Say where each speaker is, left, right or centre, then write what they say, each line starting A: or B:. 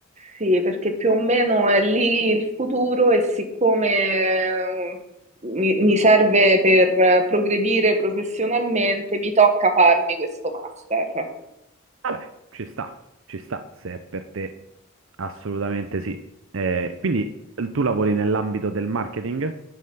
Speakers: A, on the right; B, on the right.
A: sì, perché più o meno è lì il futuro e siccome eh, mi, mi serve per eh, progredire professionalmente, mi tocca farmi questo master.
B: Vabbè, ci sta, ci sta, se è per te, assolutamente sì. Eh, quindi eh, tu lavori nell'ambito del marketing